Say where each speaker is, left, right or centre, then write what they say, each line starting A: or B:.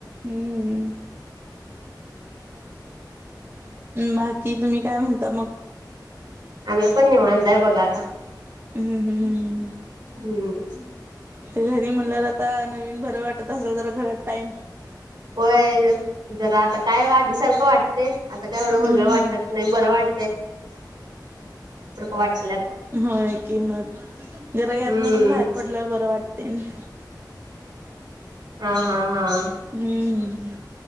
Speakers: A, on the right (about 30°); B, on the right (about 70°).
A: हम्म. बाकी तुम्ही काय म्हणता मग
B: आम्ही पण निवांताय बघा आता.
A: हं हं ह हम.
B: हम्म.
A: त घरी म्हणल्यावर आता नवीन बरं वाटत असेल तर घरात टाइम
B: होय जरा आता काय आधी सारखं वाटते आता काय एवढं
A: हम्म
B: वेगळं वाटत नाही बरं वाट वाटलं आता
A: होय की मग. जरा यातन
B: हम्म
A: पण बाहेर पडल बरं वाटते नाही.
B: हा हा हा.
A: हम्म